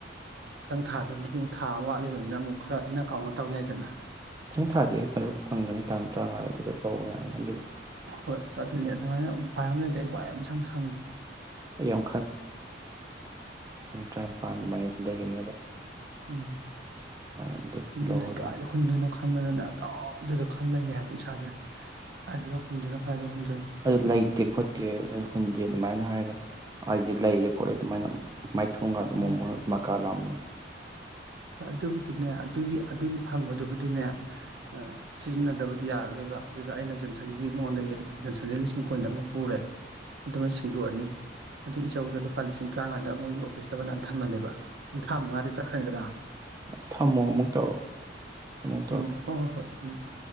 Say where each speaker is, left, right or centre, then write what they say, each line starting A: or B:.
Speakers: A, on the right; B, on the right.
A: ꯃꯊꯪ ꯊꯥꯗꯨꯃꯗꯤ ꯑꯃꯛ ꯊꯥ ꯑꯃ ꯋꯥꯠꯂꯤꯕꯅꯤꯅ ꯑꯃꯨꯛ ꯈꯔ ꯏꯟꯅꯥ ꯀꯥꯎꯅ ꯇꯧ ꯌꯥꯏꯗꯅ
B: ꯊꯪ ꯊꯥꯗꯤ ꯑꯩ ꯃꯔꯨꯛ ꯐꯪꯒꯅꯤ ꯇꯥꯡ ꯇꯔꯥꯉꯥꯗꯨꯗ ꯂꯧꯑꯣ ꯌꯥꯅꯤ <unintelligible>
A: ꯍꯣꯏ ꯑꯁ ꯑꯗꯨꯅꯤ ꯑꯗꯨꯃꯥꯏꯅ ꯎꯄꯥꯏ ꯑꯝ ꯂꯩꯗꯤ ꯑꯩ ꯋꯥꯏ ꯑꯃ ꯁꯪ ꯁꯪꯉꯦ
B: ꯑꯩ ꯌꯥꯝ ꯇ꯭ꯔꯥꯝꯄꯥꯟ ꯑꯗꯨꯃꯥꯏ ꯂꯩꯒꯅꯤꯕ
A: ꯎꯝ
B: ꯑꯗꯨꯗ
A: ꯑꯗꯨꯅꯦ
B: ꯂꯧꯔꯣ
A: ꯑꯩ
B: ꯑꯗꯨꯝ
A: ꯀꯥꯏꯗ ꯍꯨꯟꯗꯣꯏꯅꯣ ꯈꯟꯕꯗꯅ ꯑꯗꯨꯝ ꯗꯨꯗ ꯈꯜ ꯂꯩꯔꯦ ꯍꯥꯏꯕ ꯏꯁꯥꯖꯦ ꯀꯥꯏꯗꯩꯅꯣ ꯍꯨꯟꯗꯣꯏꯅꯣ ꯀꯥꯏꯗ ꯍꯨꯟ
B: ꯑꯗꯨ ꯂꯩꯇꯦ ꯈꯣꯠꯇꯦ <unintelligible> ꯍꯨꯟꯖꯦ ꯑꯗꯨꯃꯥꯏꯅ ꯍꯥꯏꯔꯒ ꯍꯥꯏꯗꯤ ꯂꯩꯔꯦ ꯈꯣꯠꯂꯦ ꯑꯗꯨꯃꯥꯏꯅ ꯃꯥꯏꯊꯣꯡꯒꯗꯣ
A: ꯎꯝ
B: ꯃꯣꯃꯣꯟ ꯃꯀꯥ ꯂꯥꯝꯃꯣ
A: ꯑꯗꯨꯕꯨꯗꯤꯅꯦ ꯑꯗꯨꯒꯤ ꯑꯗꯨꯒꯤ ꯐꯪꯕꯗꯨꯕꯨꯗꯤꯅꯦ ꯑ ꯁꯤꯖꯤꯟꯅꯗꯕꯗꯤ ꯌꯥꯔꯔꯣꯏꯕ ꯑꯗꯨꯗ ꯑꯩꯅ ꯖꯣꯟꯁꯟꯒꯤ ꯃꯉꯣꯟꯗꯒꯤ ꯖꯣꯟꯁꯟꯗꯩꯩ ꯂꯤꯁꯤꯡ ꯀꯨꯟ ꯑꯃ ꯄꯨꯔꯦ ꯑꯗꯨꯃ ꯁꯤꯡꯗꯣꯛꯑꯅꯤ ꯑꯗꯩ ꯏꯆꯧꯗ ꯂꯨꯄꯥ ꯂꯤꯁꯤꯡ ꯇꯔꯥꯉꯥꯗ ꯃꯣꯏꯒꯤ <inaudible> ꯕꯟꯗꯥꯟ ꯊꯝꯕꯅꯦꯕ <inaudible> ꯆꯠꯈ꯭ꯔꯦꯗꯅ
B: ꯊꯝꯃꯣ ꯑꯃꯨꯛ ꯇꯧꯔꯛꯑꯣ ꯑꯃꯨꯛ ꯇꯧꯔꯛꯀꯦ
A: ꯎꯝ ꯍꯣꯏ ꯍꯣꯏ ꯍꯣꯏ ꯎꯝ